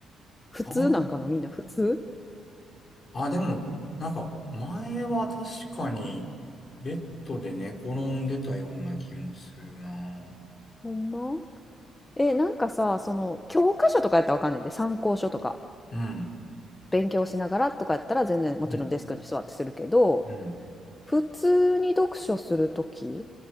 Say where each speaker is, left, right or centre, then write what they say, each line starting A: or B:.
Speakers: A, on the left; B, on the left.
A: 普通なんかなみんな普通
B: ああ、あ、でも、なんか、前は確かに、ベッドで寝転んでたような気もするな。
A: ほんまえ、なんかさ、その教科書とかやったらわかんないんで、参考書とか、
B: うん。
A: 勉強しながらとかやったら全然もちろんデスクに座ってするけど、
B: うん。うん。
A: 普通に読書するときに、